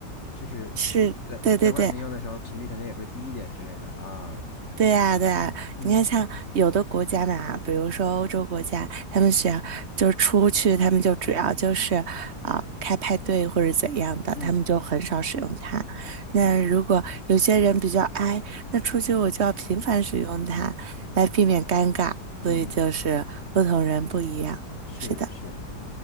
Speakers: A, on the left (about 45°); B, on the right (about 45°).
A: 就是在在外面用的时候频率可能也会低一点之类的啊。
B: 是，对对对。对呀，对呀，
A: 嗯，
B: 你看，像有的国家嘛，比如说欧洲国家，他们学就是出去，他们就主要就是啊、呃开派对或者怎样的，
A: 嗯
B: 他们就很少使用它。那如果有些人比较 i，那出去我就要频繁使用它，来避免尴尬。所以就是不同人不一样。
A: 嗯，是是。
B: 是的，